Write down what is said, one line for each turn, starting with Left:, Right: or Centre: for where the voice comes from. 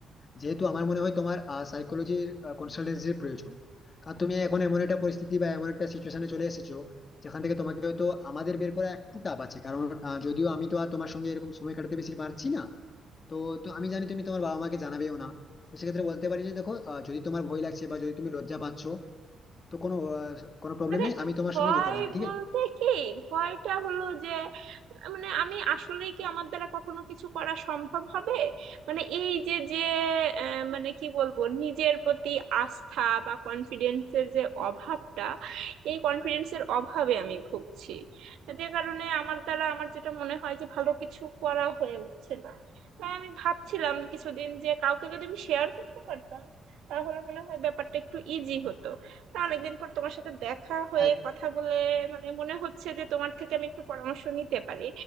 Left: যেহেতু আমার মনে হয় তোমার সাইকোলজির কনসালটেন্সির প্রয়োজন কারণ তুমি এখন এমন একটা পরিস্থিতি বা এমন একটা সিচুয়েশনে চলে এসেছো যেখান থেকে তোমাকে হয়তো আমাদের বের করা একটু টাফ আছে কারণ আহ, যদিও আমি তো আর তোমার সঙ্গে এরকম সময় কাটাতে বেশি পারছি না তো তো আমি জানি তুমি তোমার বাবা মাকে জানাবেও না তো সেক্ষেত্রে বলতে পারি যে দেখো আহ, যদি তোমার ভয় লাগছে বা যদি তুমি লজ্জা পাচ্ছ তো কোনো আহ, কোনো প্রবলেম
Right: মানে
Left: নেই আমি তোমার
Right: ভয়
Left: সঙ্গে যেতে পারি ঠিক
Right: বলতে কি ভয়টা হলো যে মানে আমি আসলেই কি আমার দ্বারা কখনো কিছু করা সম্ভব হবে মানে এই যে যে আহ, মানে কি বলবো নিজের প্রতি আস্থা বা কনফিডেন্সের যে অভাবটা এই কনফিডেন্সের অভাবে আমি ভুগছি যে কারণে আমার দ্বারা আমার যেটা মনে হয় যে ভালো কিছু করা হয়ে উঠছে না তাই আমি ভাবছিলাম কিছুদিন যে কাউকে যদি আমি শেয়ার করতে পারতাম তাহলে মনে হয় ব্যাপারটা একটু ইজি হতো তা অনেকদিন পর তোমার সাথে দেখা হয়ে
Left: আছে
Right: কথা বলে মানে মনে হচ্ছে যে তোমার থেকে আমি একটু পরামর্শ নিতে পারি